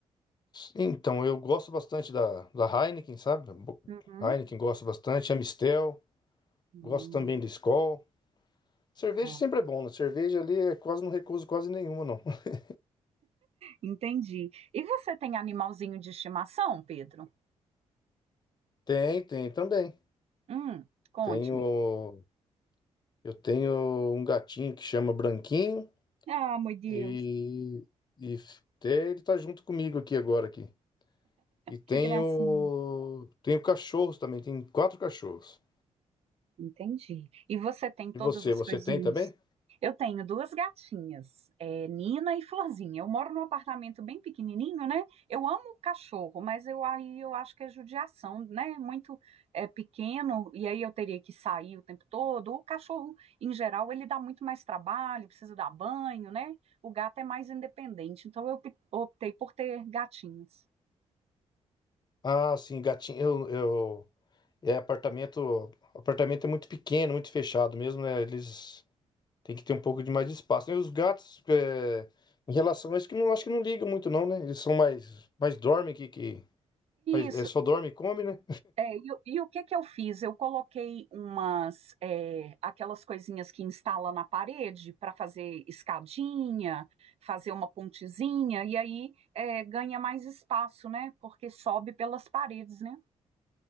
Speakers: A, on the left; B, on the right.
A: então, eu gosto bastante da, da Heineken, sabe? Bo-
B: Uhum.
A: Heineken gosto bastante, Amstel,
B: Hum,
A: gosto também do Skol. Cerveja
B: tá.
A: sempre é bom, né? Cerveja ali, é quase não recuso quase nenhuma, não. <laughs>
B: Entendi. E você tem animalzinho de estimação, Pedro?
A: Tem, tem também.
B: Hum, conte-me.
A: Tenho, eu tenho um gatinho que chama Branquinho
B: Ah, meu Deus,
A: e, e f- até ele tá junto comigo aqui agora aqui. E tenho,
B: que gracinha.
A: tenho cachorros também, tenho quatro cachorros.
B: Entendi. E você tem todas
A: E você,
B: as
A: você
B: coisinhas?
A: tem também?
B: Eu tenho duas gatinhas, é, Nina e Florzinha. Eu moro num apartamento bem pequenininho, né? Eu amo cachorro, mas eu aí eu acho que é judiação, né? Muito é, pequeno e aí eu teria que sair o tempo todo. O cachorro, em geral, ele dá muito mais trabalho, precisa dar banho, né? O gato é mais independente, então eu pe- optei por ter gatinhos.
A: Ah, sim, gatinho, eu, eu é apartamento, apartamento é muito pequeno, muito fechado mesmo, né? Eles têm que ter um pouco de mais de espaço. né? E os gatos, é, em relação a isso, que não acho que não ligam muito não, né? Eles são mais mais dormem que que mas
B: Isso,
A: é só dorme e come, né?
B: É, e, o e o que que eu fiz? Eu coloquei umas, é, aquelas coisinhas que instala na parede para fazer escadinha, fazer uma pontezinha, e aí é, ganha mais espaço, né? Porque sobe pelas paredes, né?